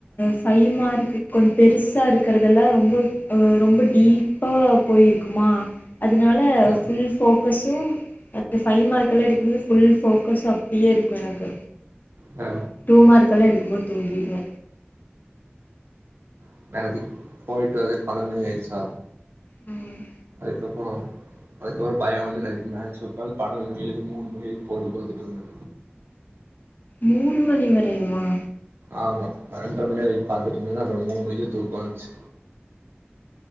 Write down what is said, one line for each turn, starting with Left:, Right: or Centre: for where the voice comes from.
Left: ஃபை மார்க்கு கொஞ்சோ பெருசா இருக்கறதெல்லா ரொம் ப அ ரொம்ப டீப்பா போயிருக்குமா அதுனால
Right: அ
Left: ஃபுல் ஃபோக்கஸ்சு <inaudible> ஃபை மார்க்கெல்லா எடுக்கும்போது ஃபுல் ஃபோக்கஸ்சு அப்டியே இருக்கு எனக்கு
Right: அ
Left: டூ மார்க்கெலா எடுக்கும்போது தூங்கிருவே
Right: <unintelligible> போயிட்டு வரதே பன்னெண்டு மணி ஆயிருச்சா
Left: ம்
Right: அதுக்கப்பறோ அதுக்கப்றோ பயோ வந்து நைட் மேக்ஸ் ஒக்காந்து பன்னெண்டு மணிலேந்து மூணு மணி வரைக்கு போட்டு பாத்துட் இருந்தே
Left: மூணு மணி வரையுமா
Right: ஆமா பன்னெண்ர மணி வரைக்கு பாத்துட்டு இருந்தே அப்றோ மூணு மணிக்கு தூக்க வந்த்ச்சு